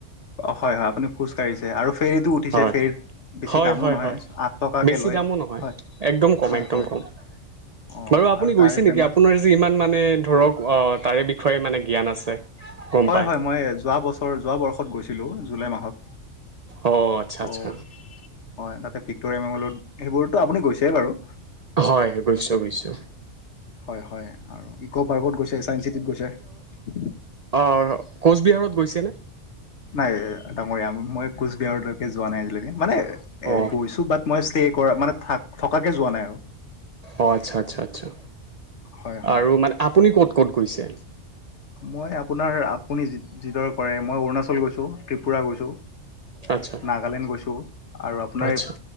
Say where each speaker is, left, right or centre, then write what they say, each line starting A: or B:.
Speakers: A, on the left (about 70°); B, on the right (about 50°).
A: হয় হয় আপুনি খোজ কঢ়িছে আৰু ফেৰীতটো উঠিছে
B: হয়
A: ফেৰীত বেছি
B: হয়
A: দামো
B: হয়
A: নহয়
B: হয়
A: আঠ টকাকে
B: বেছি
A: লয়
B: দামো নহয়
A: হয়
B: একদম কম
A: হয়
B: একদম
A: হয় <unintelligible>
B: কম
A: অঁ
B: বাৰু আপুনি
A: আৰু
B: গৈছে
A: তাৰে ফেমাচ
B: নিকি আপোনাৰ যে ইমান মানে ধৰক অ তাৰে বিষয়ে মানে জ্ঞান আছে গম
A: হয়
B: পায়
A: হয় মই যোৱা বছৰ যোৱা বৰ্ষত গৈছিলোঁ জুলাই মাহত
B: অ আচ্ছা
A: অ
B: আচ্ছা
A: হয় তাতে ভিক্টৰিয়া মেমৰিয়েলত সেইবোৰতো আপুনি গৈছে বাৰু
B: হয় গৈছো বুইছে
A: হয় হয় আৰু ইক' পাৰ্কত গৈছে ছাইন্স চিটিত গৈছে
B: অ কোচবিহাৰত গৈছেনে
A: নাই ডাঙৰীয়া মই কোচবিহাৰলৈকে যোৱা নাই আজিলেকে মানে এ
B: অ
A: গৈছো বাট মই ষ্টে কৰা মানে থ থকাকে যোৱা নাই আৰু
B: অঁ আচ্ছা আচ্ছা আচ্ছা
A: হয় হয়।
B: আৰু মানে আপুনি ক'ত ক'ত গৈছে
A: মই আপোনাৰ আপুনি যি যিদৰে কৰে মই অৰুণাচল গৈছোঁ ত্ৰিপুৰা গৈছোঁ
B: আচ্ছা
A: নাগালেণ্ড গৈছোঁ আৰু আপোনাৰ
B: আচ্ছা
A: এই